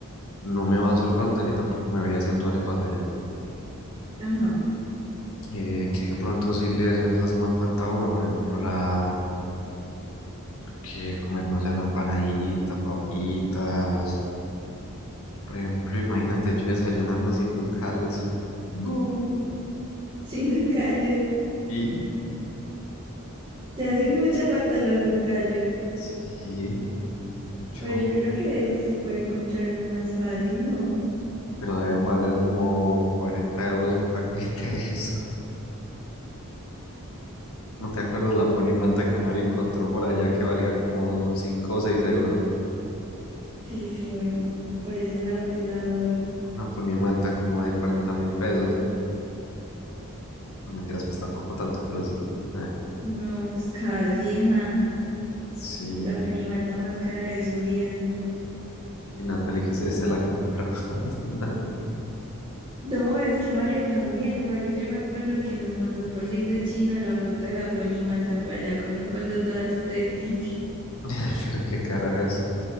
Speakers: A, on the left (about 75°); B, on the right (about 20°).
A: no me va a hacer falta ni tampoco me vería haciendo arepas allá.
B: Ajá.
A: Eh, que de pronto sí les hace más falta a uno, por ejemplo, la... que comernos una empanadita, papitas. Por ejemplo, imagínate yo desayunando sin ducales. No.
B: Sin ducales.
A: Y
B: Te hacen mucha falta las ducales,
A: sí, mucho.
B: pero yo creo que de eso sí puede encontrar uno más fácil, ¿no?
A: Pero deben valer como cuarenta euros un paquete de eso. ¿No te acuerdas la ponimalta que Mario encontró por allá que valía como 5 o 6 euros?
B: Sí, sí, bueno, por ese lado te la doy.
A: Una ponimalta como de 40 mil pesos. No mentiras, pues tampoco tanto, pero sí. Eh,
B: No, pues casi, ajá,
A: sí.
B: la ponimalta más cara de su vida.
A: Y Natalie que se, se la compró. <laughs> No,
B: No, es que Mario también. Mario, yo me acuerdo que nos mandó por seis de China la foto de la ponimanta por allá con un fondo toda estética.
A: <laughs> pero qué carajos.